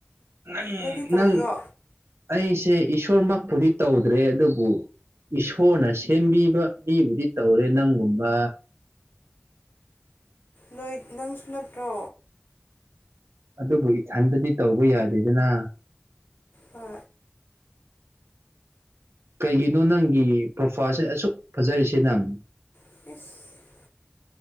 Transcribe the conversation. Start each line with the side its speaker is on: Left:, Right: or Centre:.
Right: ꯅꯪ
Left: ꯅꯣꯏꯗꯤ ꯇꯧꯗ꯭ꯔꯣ
Right: ꯅꯪ ꯑꯩꯁꯦ ꯏꯁꯣꯔꯃꯛꯄꯨꯗꯤ ꯇꯧꯗ꯭ꯔꯦ ꯑꯗꯨꯕꯨ ꯏꯁꯣꯔꯅ ꯁꯦꯝꯕꯤꯕ ꯃꯤꯕꯨꯗꯤ ꯇꯧꯔꯦ ꯅꯪꯒꯨꯝꯕ
Left: ꯅꯣꯏ ꯅꯪꯁꯨ ꯅꯠꯇ꯭ꯔꯣ
Right: ꯑꯗꯨꯕꯨ ꯏꯊꯟꯗꯗꯤ ꯇꯧꯕ ꯌꯥꯗꯦꯗꯅ
Left: ꯍ
Right: ꯀꯩꯒꯤꯅꯣ ꯅꯪꯒꯤ ꯄ꯭ꯔꯣꯐꯥꯏꯜꯁꯦ ꯑꯁꯨꯛ ꯐꯖꯔꯤꯁꯦ ꯅꯪ
Left: ꯈꯨꯁ